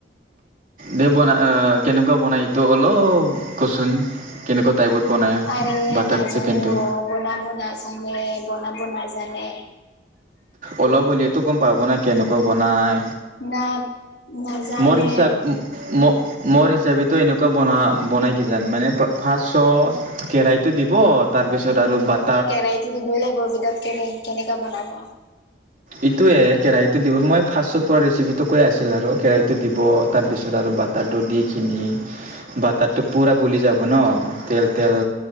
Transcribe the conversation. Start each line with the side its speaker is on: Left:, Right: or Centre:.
Right: দে বনা, অ কেনেকুৱা বনাই এইটো অলপ কচোন। কেনেকুৱা টাইপত বনাই
Left: আৰে
Right: বাটাৰ
Left: নাজানো
Right: চিকেনটো।
Left: বনাব নাজানে বনাব নাজানে।
Right: অলপ হ'লেও টো গম পাব না কেনেকুৱা বনাই।
Left: না নাজানে
Right: মোৰ হিচাপ ম মোৰ হিচাপেতো এনেকুৱা বনা বনাই কিজান মানে ফাৰ্ষ্টত কেৰাহটো দিব তাৰপিছত আৰু বাট
Left: কেৰাহীটো দিবই লাগিব ওদাউত কেৰাহী কেনেকা বনাব
Right: এইটোৱে কেৰাহীটো দিব মই ফাৰ্ষ্টত পৰা ৰেচিপিটো কৈ আছিল আৰু কেৰাহীটো দিব তাৰপিছত আৰু বাট টাৰটো দি কিনি বাটাৰটো পুৰা গুলি যাব ন তেল তেল